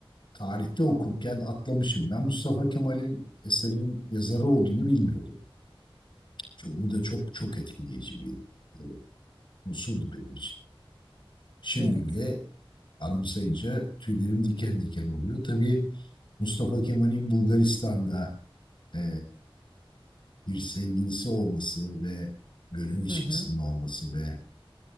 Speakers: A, on the left; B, on the right.
A: tarihte okurken atlamışım. Ben Mustafa Kemal'in eserin yazarı olduğunu bilmiyordum. Çok- Bu da çok çok etkileyici bir e, unsurdu benim için. Şimdi
B: evet.
A: bile anımsayınca tüylerim diken diken oluyor. Tabii Mustafa Kemal'in Bulgaristan'da e, bir sevgilisi olması ve gönül ilişkisinin
B: Hı hı.
A: olması ve